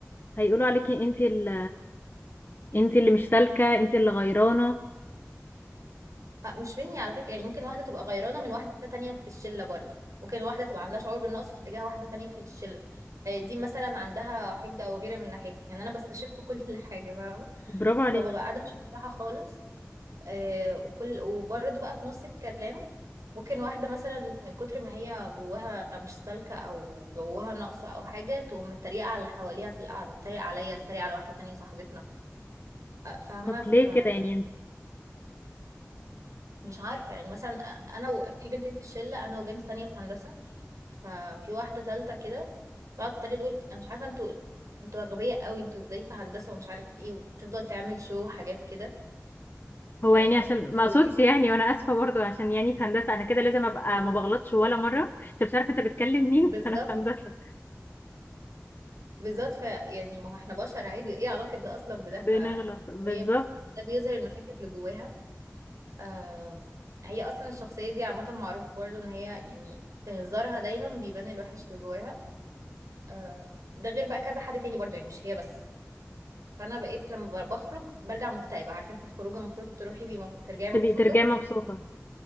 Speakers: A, on the left (about 40°); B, on the right (about 85°).
A: هيقولوا عليكي انت ال انت اللي مش سالكه انت اللي غيرانه
B: آه، مش مني على فكرة يعني ممكن واحدة تبقى غيرانة من واحدة تانية في الشلة برضه ممكن واحدة تبقى عندها شعور بالنقص في اتجاه واحدة تانية في الشلة آه، دي مثلا عندها حقد أو غيرة من ناحيتي يعني أنا بستشف كل <laughs> حاجة فاهمة
A: برافو عليكي
B: فببقى قاعدة مش مرتاحة خالص آه، وكل وبرضه بقى في نص الكلام ممكن واحدة مثلا من كتر ما هي جواها مش سالكة أو جواها ناقصة أو حاجة تقوم متريقة على اللي حواليها في القعدة تتريق عليا تتريق على واحدة تانية صاحبتنا آه، فاهمة
A: طب
B: ف
A: ليه كده يعني
B: مش عارفة يعني مثلا أنا و... في بنتين في الشلة أنا وبنت تانية في هندسة ففي واحدة تالتة كده تقعد تتريق تقول أنا مش عارفة انتوا انتوا أغبياء قوي انتوا ازاي في هندسة ومش عارف ايه وتفضل تعمل شو حاجات كده
A: هو
B: ف
A: يعني عشان ما
B: خدي
A: اقصدش يعني وانا اسفه برضو عشان يعني في هندسه انا كده لازم ابقى ما بغلطش ولا مره انت مش عارفه انت بتكلم مين
B: بالظبط
A: <laughs> انا في هندسه
B: بالظبط ف يعني ما هو احنا بشر عادي ايه علاقة ده أصلا بده
A: بنغلط
B: فهي
A: بالظبط
B: ده بيظهر المشاكل اللي جواها آم، هي أصلا الشخصية دي عامة معروف برضه إن هي يعني في هزارها دايما بيبان الوحش اللي جواها آه، ده غير بقى كذا حد تاني برضه يعني مش هي بس فانا بقيت لما ب- بخرج برجع مكتئبه عارفه انت الخروجه المفروض تروحي بيه مب- ترجعي مبسوطه
A: تبقي ترجعي مبسوطه